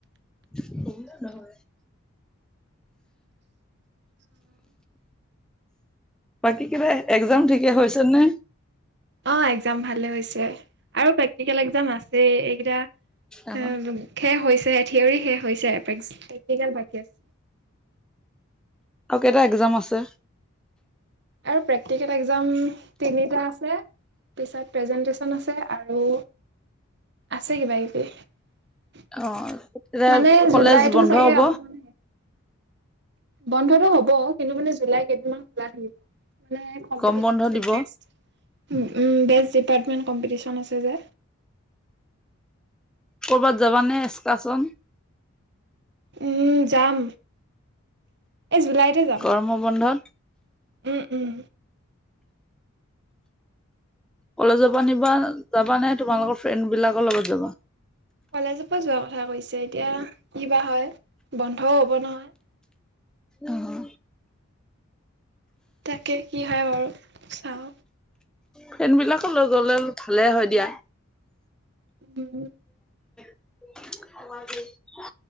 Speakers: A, in the centre; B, on the right.
A: <unintelligible> বাকী কিবা একজাম ঠিকে হৈছে নে।
B: অ' একজাম ভালে হৈছে আৰু প্ৰেক্টিকেল একজাম আছে, এইকেইটা
A: আৰু
B: উম শেষ হৈছে। থিয়ৰ শে হৈছে, প্ৰেক্টিকেল বাকী আছে।
A: আকৌ এটা এক্সাম আছে।
B: আৰু প্ৰেক্টিকেল এক্সাম তিনিটা আছে। পিছত প্ৰেজেণ্টেশ্যন আছে আৰু আছে কিবা কিবি।
A: অ' তেতিয়া
B: মানে
A: কলেজ
B: জুলাইতো
A: বন্ধ
B: চাগে
A: হ'ব
B: অলপমান বন্ধটো হ'ব কিন্তু মানে জুলাই কেইদিনমান খোলা থাকিব। মানে কম্পিটিচন
A: গম বন্ধ
B: আছে
A: দিব
B: বেষ্ট উ। উম, বেষ্ট ডিপাৰ্টমেণ্ট কম্পিটিচন আছে যে।
A: কৰবাত যাবানে এক্সকাৰচন?
B: উম, যাম। এ জুলাইতে যাম
A: গৰমৰ বন্ধত
B: উম, উম।
A: কলেজৰ নিবা যাবা নে তোমালোকৰ ফ্ৰেণ্ড বিলাকৰ লগত যাবা?
B: কলেজৰ পৰা যোৱা কথা কৈছে এতিয়া কিবা হয় বন্ধও হব নহয়।
A: অহ',
B: তাকে কি হয় বাৰু চাওঁ।
A: ফেনবিলাকো লৈ গ'লে ভালে হয় দিয়া।
B: উম।
A: <inaudible>